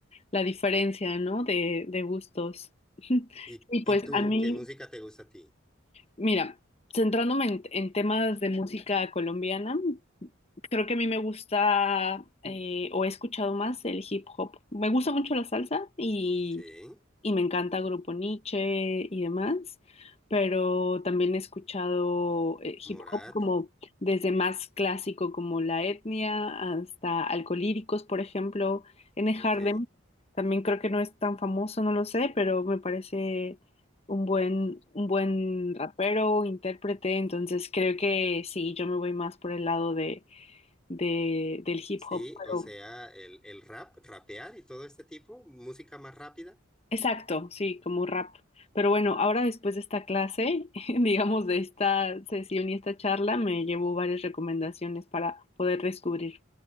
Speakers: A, on the left; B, in the centre.
A: la diferencia, ¿no? De, de gustos. <laughs>
B: ¿Y,
A: Y
B: y
A: pues
B: tú,
A: a mí,
B: qué música te gusta a ti?
A: mira, centrándome en en temas de música colombiana, Creo que a mí me gusta eh, o he escuchado más el hip hop. Me gusta mucho la salsa y,
B: Sí,
A: y me encanta Grupo Niche y demás, pero también he escuchado eh,
B: Morat,
A: hip hop como desde más clásico como La Etnia hasta Alcolíricos, por ejemplo, N.
B: Ok.
A: Hardem. También creo que no es tan famoso, no lo sé, pero me parece un buen, un buen rapero, intérprete, entonces creo que sí, yo me voy más por el lado de de, del hip
B: Sí,
A: hop, pero
B: o sea, el, el rap, rapear y todo este tipo, música más rápida.
A: exacto, sí, como rap. Pero bueno, ahora después de esta clase, <laughs> digamos de esta sesión y esta charla, me llevo varias recomendaciones para poder descubrir